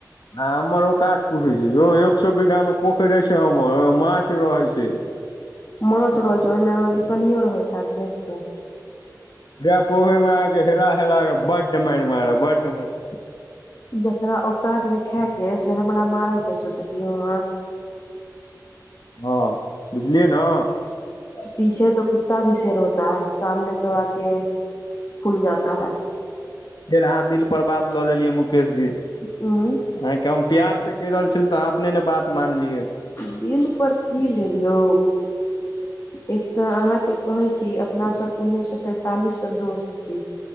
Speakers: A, on the left; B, on the left.
A: आहा हमर ओकात पूछै छैय यौ एक सौ बीघा मे पोखरि छै यहमर ओ माछ रहे छैय।
B: माछ रहै छैय ओहिमे अहाँके कनियो रहैत हैत देखबै।
A: ओहे पोखरि मे आके हेला हेला क बड्ड माइर मारब बड्ड माइर।
B: जेकरा औकात न खायके से हमरा मारय के सोचत यो,
A: हँ बुझलियै न,
B: पीछे तो कुत्ता भी शेर होता है सामने तो आके खुल जाता है।
A: फेर अहाँ दिल पर बात लऽ लेलियै मुकेश जी अहाँके
B: उ
A: हम, प्यार से कहि रहल छलौ तऽ आहा अपने ने बात मानलियै।
B: दिल पर की लेबयौ एक तऽ अहाँके, कहै छी अपना सब उन्नैस सौ सैंतालिस से दोस्त छी